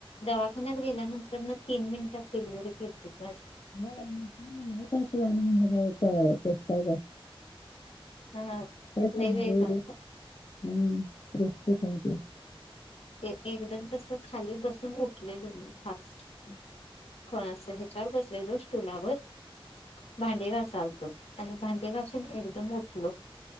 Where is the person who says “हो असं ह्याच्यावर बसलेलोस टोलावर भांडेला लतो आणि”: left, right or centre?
Left